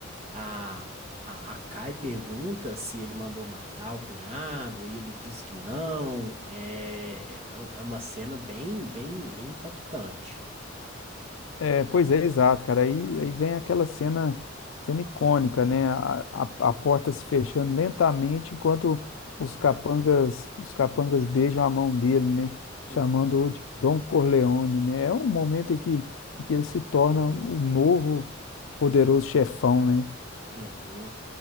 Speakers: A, on the right (about 35°); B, on the left (about 90°).
A: A, a, a Kai pergunta se ele mandou matar o cunhado e ele diz que não. É, é um, é uma cena bem, bem, bem impactante.
B: É, pois é, exato, cara. Aí, aí vem aquela cena, cena icônica, né? A, a, a porta se fechando lentamente enquanto os capangas, os capangas beijam a mão dele, né?
A: Hum.
B: Chamando-o de Don Corleone, né? É um momento em que, em que ele se torna o novo poderoso chefão, né?
A: Uhum.